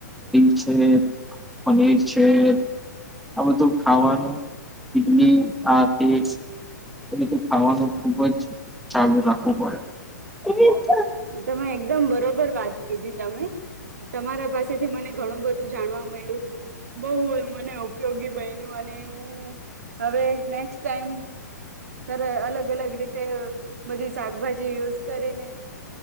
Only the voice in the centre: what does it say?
છે પનીર છે આ બધું તો ખાવાનું ઇડલી આ તે એને તો ખાવાનું ખુબ જ ચાલુ રાખવું પડે.